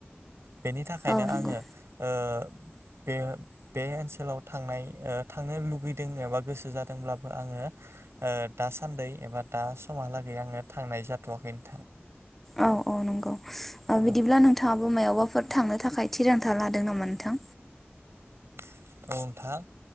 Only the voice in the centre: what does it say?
औ नंगौ
औ औ नंगौ बिदिब्ला
नोंथाङाबो मायावबाफोर थांनो थाखाय थिरांथा लादों नामा नोंथां